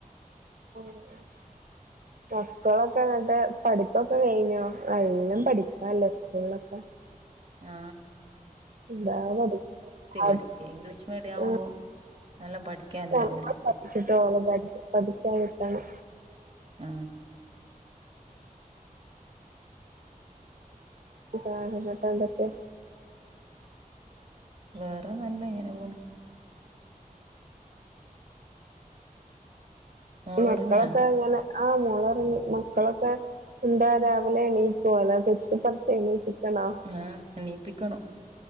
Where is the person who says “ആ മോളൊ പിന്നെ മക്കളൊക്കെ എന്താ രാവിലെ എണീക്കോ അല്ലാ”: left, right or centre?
Right